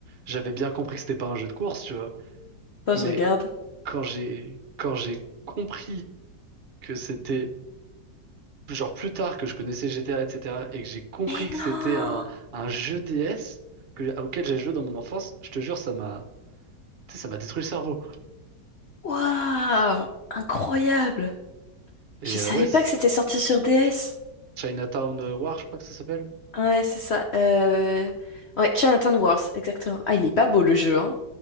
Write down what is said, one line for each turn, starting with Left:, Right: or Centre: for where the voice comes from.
Right: J'avais bien compris que c'était pas un jeu de course tu vois.
Left: Attends,
Right: Mais
Left: <laughs> je regarde.
Right: quand j'ai quand j'ai compris que c'était genre plus tard que je connaissais GTA etc. et cetera et que j'ai compris
Left: Mais
Right: que
Left: non!
Right: c'était un un jeu DS que, auquel j'ai joué dans mon enfance, je te jure ça m'a tu sais, ça m'a détruit le cerveau.
Left: Waouh! Incroyable!
Right: Et
Left: Je savais
Right: euh, ouais, c-
Left: pas que c'était sorti sur DS.
Right: Chinatown euh, War, je crois que ça s'appelle.
Left: Ouais, c'est ça. Euh... Ouais, Jonathan Worth, exactement. Ah, il est pas beau le jeu, hein?